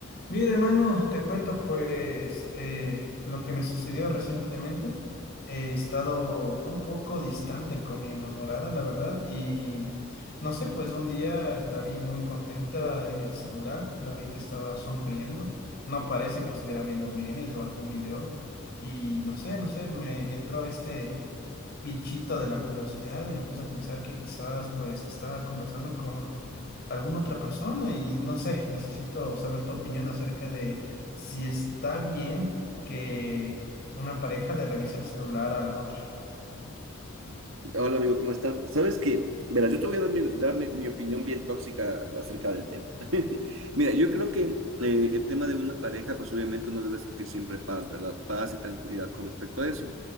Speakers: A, on the left; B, on the right.
A: Mira, hermano, te cuento pues eh, lo que me sucedió recientemente. He estado un poco distante con mi enamorada, la verdad, y no sé, pues un día la vi muy contenta en el celular, la vi que estaba sonriendo, no parece que estuviera viendo memes o algún video, y no sé, no sé, me entró este bichito de la curiosidad y me puse a pensar que quizás pues estaba conversando con alguna otra persona y no sé, necesito saber tu opinión acerca de si está bien que una pareja le revise el celular a la otra.
B: Hola amigo, ¿cómo estás? Sabes que, verás, yo te voy a dar mi, dar mi- mi opinión bien tóxica acerca del tema. <laughs> Mira, yo creo que eh, el tema de una pareja, pues obviamente uno debe sentir siempre paz, ¿verdad? Paz y tranquilidad con respecto a eso.